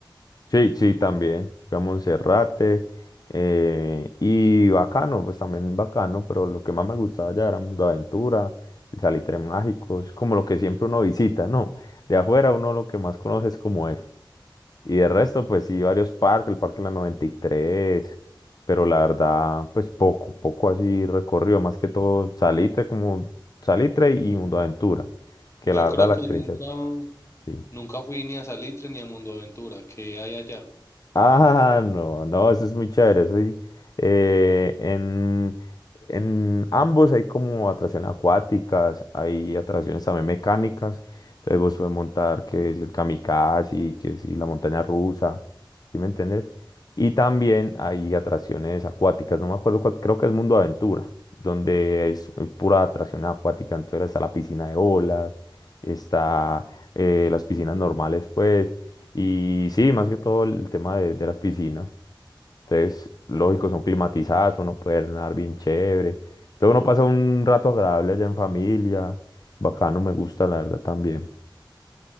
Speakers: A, on the left; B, on the left.
A: Sí, sí, también. Fui a Monserrate. eh, y bacano, pues también bacano, pero lo que más me gustaba ya era Mundo Aventura, el Salitre Mágico, es como lo que siempre uno visita, ¿no? De afuera uno lo que más conoce es como es. Y de resto, pues sí, varios parques, el Parque de la noventa y tres. pero la verdad, pues poco, poco así recorrido, más que todo Salitre, como Salitre y Mundo Aventura, que
B: Yo
A: la verdad
B: creo
A: la
B: que
A: experiencia,
B: nunca,
A: sí.
B: nunca fui ni a Salitre ni a Mundo Aventura, que hay allá?
A: Ah, no, no, eso es muy chévere. Eso es, eh, en, en ambos hay como atracciones acuáticas, hay atracciones también mecánicas. Entonces vos puedes montar que si el kamikaze, que si la montaña rusa, ¿sí me entiendes? Y también hay atracciones acuáticas, no me acuerdo cuál, creo que es Mundo Aventura, donde es eh, pura atracción acuática. Entonces está la piscina de olas, está eh, las piscinas normales, pues. Y sí, más que todo el tema de, de las piscinas. Entonces, lógico, son climatizadas, uno puede nadar bien chévere. Entonces uno pasa un rato agradable allá en familia. Bacano, me gusta, la verdad, también.